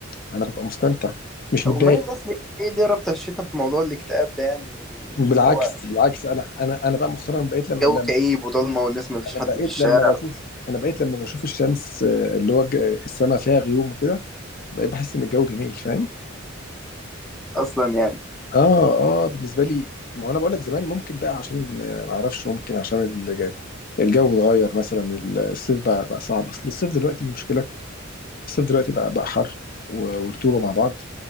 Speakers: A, on the left; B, in the centre.
A: انا ببقى مستمتع مش
B: طب
A: متضايق
B: امال الناس ليه ليه ليه رابطه الشتاء بموضوع الاكتئاب ده يعني وبان
A: بالعكس
B: هو
A: بالعكس انا انا انا بقى مؤخرا بقيت لما
B: جو
A: لما
B: كئيب وضلمه والناس ما فيش
A: انا
B: حد
A: بقيت
B: في الشارع
A: لما بشوف انا بقيت لما بشوف الشمس آه، اللي هو السماء فيها غيوم وكده بقيت بحس ان الجو جميل فاهم
B: اصلا يعني
A: اه اه بالنسبه لي ما هو انا بقول لك زمان ممكن بقى عشان آه، ما اعرفش ممكن عشان الج- الجو اتغير مثلا ال- الصيف بقى بقى صعب اصل الصيف دلوقتي المشكله الصيف دلوقتي بقى بقى حر و- ورطوبه مع بعض